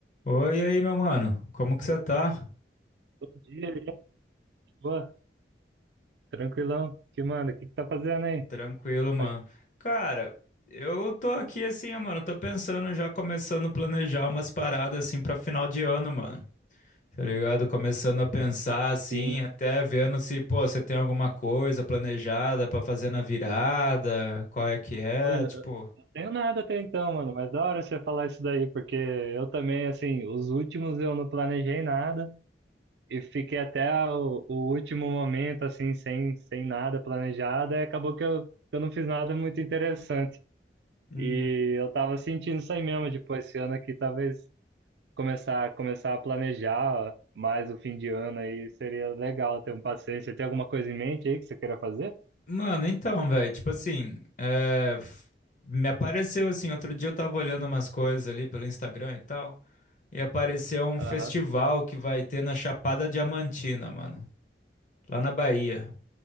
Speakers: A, on the left; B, on the right.
A: Oi, e aí, meu mano. Como que você tá?
B: Bom dia, e aí, boa, tranquilão. Que manda? O que que tá fazendo aí?
A: Tranquilo, mano.
B: Ah,
A: Cara, eu tô aqui assim, ó, mano. Tô pensando, já começando a planejar umas paradas assim pra final de ano, mano. Tá ligado? Começando a pensar assim,
B: Sim.
A: até vendo se, pô, você tem alguma coisa planejada pra fazer na virada, qual é que é,
B: Mano,
A: tipo.
B: eu não tenho nada até então, mano, mas da hora você falar isso daí, porque eu também, assim, os últimos eu não planejei nada e fiquei até o, o último momento, assim, sem, sem nada planejado, e acabou que eu, que eu não fiz nada muito interessante.
A: hum,
B: E eu tava sentindo isso aí mesmo, tipo, esse ano aqui talvez começar, começar a planejar mais o fim de ano aí seria legal ter um passeio. Você tem alguma coisa em mente aí que você queira fazer?
A: Mano, então, velho, tipo assim, é, f- me apareceu assim, outro dia eu tava olhando umas coisas ali pelo Instagram e tal. E apareceu um
B: Aham.
A: festival que vai ter na Chapada Diamantina, mano. Lá na Bahia,